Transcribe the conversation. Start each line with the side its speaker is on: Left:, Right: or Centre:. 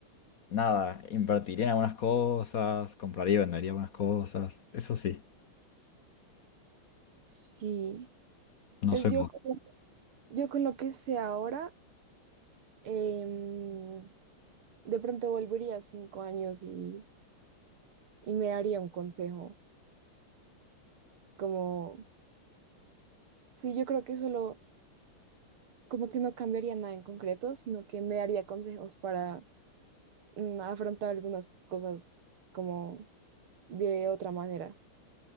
Left: nada, invertiría en algunas cosas, compraría y vendería algunas cosas, eso sí,
Right: Sí,
Left: no
Right: pues
Left: sé. vos.
Right: yo, con- yo con lo que sé ahora, em, de pronto volvería cinco años y, y me daría un consejo, como, sí, yo creo que solo, como que no cambiaría nada en concreto, sino que me daría consejos para mm, afrontar algunas cosas como de otra manera.